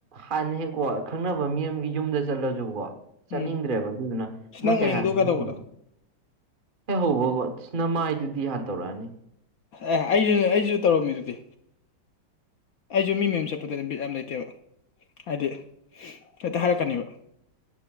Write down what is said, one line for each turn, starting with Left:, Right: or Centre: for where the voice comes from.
Right: ꯍꯥꯟꯅ ꯍꯦꯛꯀꯣ ꯈꯪꯅꯕ ꯃꯤ ꯑꯃꯒꯤ ꯌꯨꯝꯗ ꯆꯠꯂꯁꯨꯀꯣ ꯆꯠꯅꯤꯡꯗ꯭ꯔꯦꯕ
Left: ꯎꯝ
Right: ꯑꯗꯨꯗꯨꯅ
Left: ꯑꯁ
Right: ꯃꯣꯏ
Left: ꯅꯪ
Right: ꯀꯩ
Left: ꯎꯔꯤꯡꯗꯣ
Right: ꯍꯥꯏꯅꯤ
Left: ꯀꯩꯗꯧꯕꯗꯣ
Right: ꯍꯦꯛ ꯍꯧꯕꯀꯣ ꯁꯤ ꯅ ꯃꯥꯏꯗꯨꯗꯤ ꯍꯥꯟꯅ ꯇꯧꯔꯛꯑꯅꯤ
Left: ꯑꯦ ꯑꯩꯁꯨ ꯑꯩꯁꯨ ꯇꯧꯔꯝꯃꯤ ꯑꯗꯨꯗꯤ ꯑꯩꯁꯨ ꯃꯤ ꯃꯌꯨꯝ ꯆꯠꯄꯗ ꯕꯤꯠ ꯌꯥꯝ ꯂꯩꯇꯦꯕ ꯍꯥꯏꯗꯤ ꯍꯦꯇ ꯍꯥꯏꯔꯛ ꯀꯅꯤꯕ